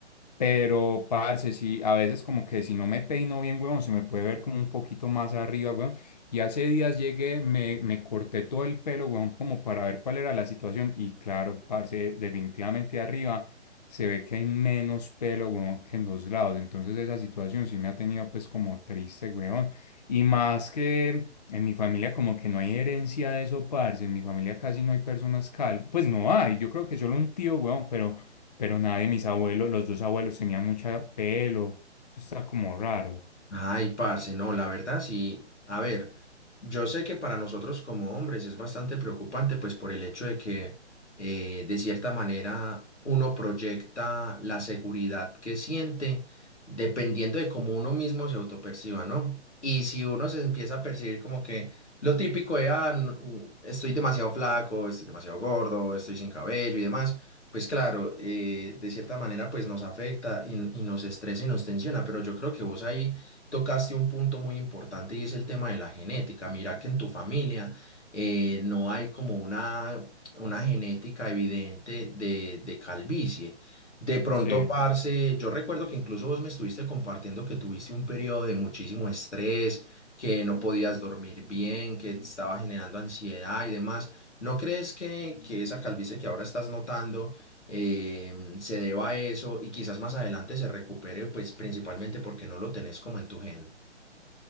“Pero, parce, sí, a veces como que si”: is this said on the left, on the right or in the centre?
Left